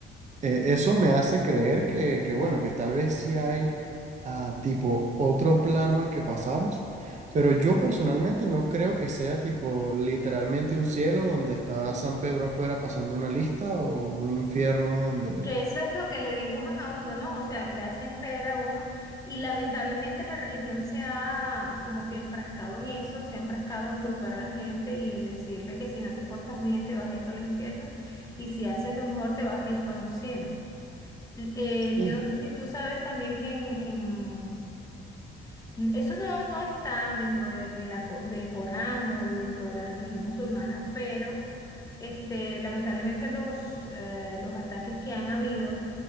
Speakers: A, on the right; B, on the left.
A: Eh, eso me hace creer que, que, bueno, que tal vez sí hay ah, tipo otro plano al que pasamos, pero yo personalmente no creo que sea tipo literalmente un cielo donde está San Pedro afuera pasando una lista o un infierno donde...
B: que Eso es lo que le dibujan a uno, ¿no? O sea, que le hacen creer a uno. Y lamentablemente la religión se ha como que enfrascado en eso, se ha enfrascado en culpar a la gente y en decirle que si no te portas bien te vas a ir para el infierno y si haces lo mejor te vas a ir para un cielo. L- eh,
A: Sí.
B: yo no sé si tú sabes también que en, en- n- eso no, no está dentro de, de la, co- del Corán o dentro de la religión musulmana, pero... Este, lamentablemente los, eh, los ataques que han habido